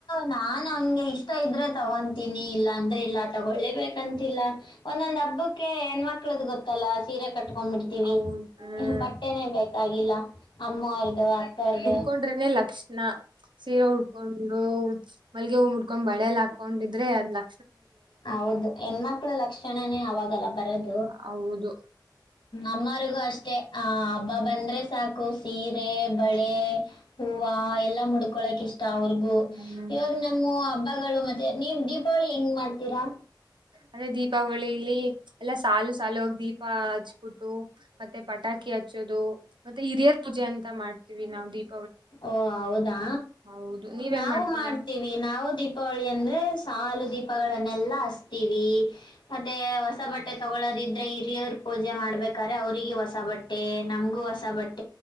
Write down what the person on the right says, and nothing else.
ಅವು ಹ್ಮ್
ಕಕೊಂಡ್ರನೆ ಲಕ್ಷಣ ಸೀರೆ ಉಡ್ಕೊಂಡು ಮಲ್ಗೆ ಹೂವು ಉಟ್ಕೊಂಡ್ ಬಳೆ ಎಲ್ಲ ಹಾಕೊಂಡಿದ್ರೆ ಅದಲ್ಲಾ
ಹೌದು
ಹ್ಮ್
ಅದ್ರೆ ದೀಪಾವಳಿಲಿ ಎಲ್ಲಾ ಸಾಲು ಸಾಾಲುವಾಗ ದೀಪ ಹಚ್ಬಿಟ್ಟು ಮತ್ತೆ ಪಟಾಕಿ ಹಚ್ಚೋದು ಮತ್ತೆ ಹಿರಿಯರ್ ಪೂಜೆ ಅಂತ ಮಾಡ್ತೀವಿ ನಾವು ದಪ
ಹೌದು ನೀವ್
ಹೆಂಗ್ ಮಾಡ್ತೀರಾ